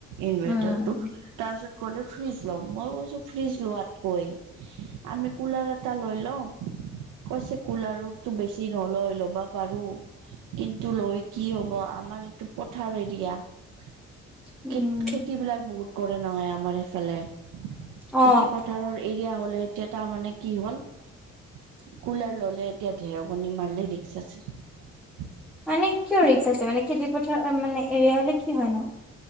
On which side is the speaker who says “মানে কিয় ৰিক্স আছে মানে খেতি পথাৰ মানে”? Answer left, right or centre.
Centre